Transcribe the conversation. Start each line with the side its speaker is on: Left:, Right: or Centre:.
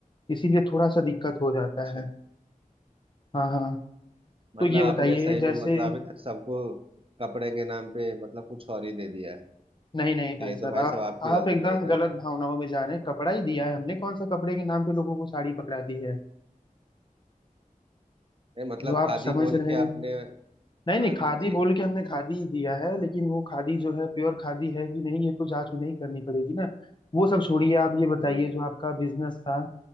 Left: इसीलिए थोड़ा सा दिक्कत हो जाता
Right: अच्छा
Left: है हाँ हाँ
Right: मतलब
Left: तो ये
Right: आपने
Left: बताइए
Right: सही
Left: जैसे
Right: में मतलब अभी तक सबको कपड़े के नाम पे मतलब कुछ और ही दे दिया है
Left: नहीं नहीं
Right: तो
Left: भाई
Right: ये
Left: साहब
Right: तो भाई
Left: आप
Right: साहब आपकी
Left: आप
Right: गलती
Left: एकदम
Right: है ना
Left: गलत भावनाओं में जा रहे हैं कपड़ा ही दिया है हमने कौन सा कपड़े के नाम पे लोगों को साड़ी पकड़ा दी है
Right: नहीं मतलब
Left: जो आप
Right: खादी
Left: समझ
Right: बोल
Left: रहे
Right: के
Left: हैं
Right: आपने
Left: नहीं नहीं
Right: हाँ
Left: खादी
Right: जी ठीक
Left: बोल के हमने खादी ही दिया है लेकिन वो खादी जो है प्योर खादी है कि नहीं ये तो जांच नहीं करनी पड़ेगी ना वो सब छोड़िए आप ये बताइए
Right: भेजे
Left: जो आपका बिजनेस था